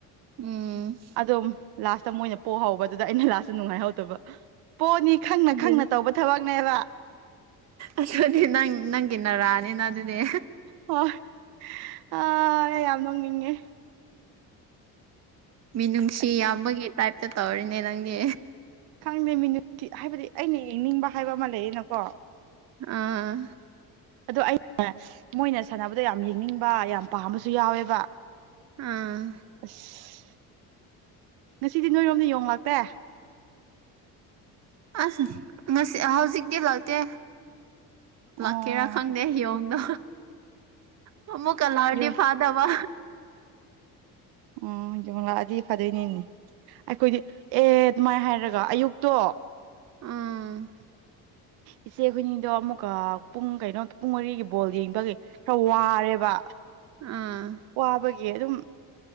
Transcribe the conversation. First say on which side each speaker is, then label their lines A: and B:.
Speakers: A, on the right; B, on the right.
A: ꯎꯝ
B: ꯑꯗꯨꯝ ꯂꯥꯁꯇ ꯃꯣꯏꯅ ꯄꯣꯛꯍꯧꯕ ꯑꯗꯨꯗ ꯑꯩꯅ ꯂꯥꯁꯇ ꯅꯨꯡꯉꯥꯏꯍꯧꯗꯕ ꯄꯣꯛꯑꯅꯤ ꯈꯪꯅ
A: ꯑꯗꯨ
B: ꯈꯪꯅ ꯇꯧꯕ ꯊꯋꯥꯛꯅꯦꯕ
A: ꯑꯗꯨꯗꯤ ꯅꯪ ꯅꯪꯒꯤ ꯅꯔꯥꯅꯤꯅ ꯑꯗꯨꯅꯦ
B: ꯍꯣꯏ ꯑ ꯌꯥꯝ ꯋꯥꯅꯤꯡꯦ
A: ꯃꯤꯅꯨꯡꯁꯤ
B: ꯑꯁ
A: ꯌꯥꯝꯕꯒꯤ ꯇꯥꯏꯞꯇ ꯇꯧꯔꯤꯅꯦ ꯅꯪꯗꯤ
B: ꯀꯥꯡꯖꯩꯃꯤꯅꯨꯡꯁꯤ ꯍꯥꯏꯕꯗꯤ ꯑꯩꯅ ꯌꯦꯡꯅꯤꯡꯕ ꯍꯥꯏꯕ ꯑꯃ ꯂꯩꯌꯦꯅꯀꯣ
A: ꯑꯥ
B: ꯑꯗꯨꯗ ꯑꯩ ꯃꯣꯏꯅ ꯁꯥꯟꯅꯕꯗ ꯌꯥꯝ ꯌꯦꯡꯅꯤꯡꯕ ꯌꯥꯝ ꯄꯥꯝꯕꯁꯨ ꯌꯥꯎꯋꯦꯕ
A: ꯑꯥ
B: ꯑꯁ ꯉꯁꯤꯗꯤ ꯅꯣꯏꯔꯣꯝꯗ ꯌꯣꯡꯂꯥꯛꯇꯦ
A: ꯑꯁ ꯉꯁꯤ ꯍꯧꯖꯤꯛ ꯀ ꯂꯥꯛꯇꯦ ꯂꯥꯛꯀꯦꯔꯥ
B: ꯑꯣ
A: ꯈꯪꯗꯦ ꯍꯣꯡꯗꯣ ꯃꯃꯨ ꯀꯂꯔꯗꯤ
B: ꯌꯣꯡ
A: ꯐꯥꯗꯕ
B: ꯎꯝ ꯌꯣꯉꯛꯑꯗꯤ ꯐꯗꯣꯏꯅꯦꯅꯦ ꯑꯩꯈꯣꯏꯗꯤ ꯑꯦ ꯑꯗꯨꯃꯥꯏꯅ ꯍꯥꯏꯔꯒ ꯑꯌꯨꯛꯇꯣ
A: ꯎꯝ
B: ꯏꯆꯦ ꯍꯣꯏꯅꯤꯗꯣ ꯑꯃꯨꯛꯀ ꯄꯨꯡ ꯀꯩꯅꯣ ꯄꯨꯡ ꯃꯔꯤꯒꯤ ꯕꯣꯜ ꯌꯦꯡꯕꯒꯤ ꯈꯔ ꯋꯥꯔꯦꯕ
A: ꯑꯥ
B: ꯋꯥꯕꯒꯤ ꯑꯗꯨꯝ